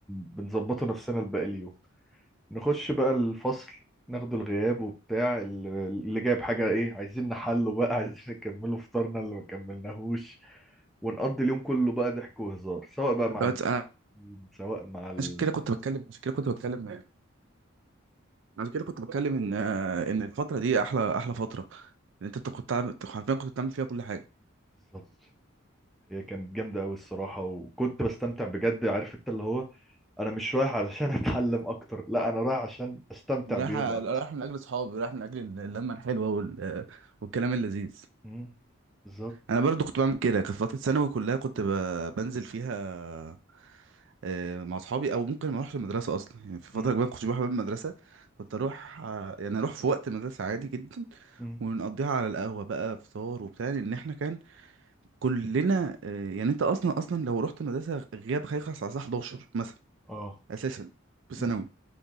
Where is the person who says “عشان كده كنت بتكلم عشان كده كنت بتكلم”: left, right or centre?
Right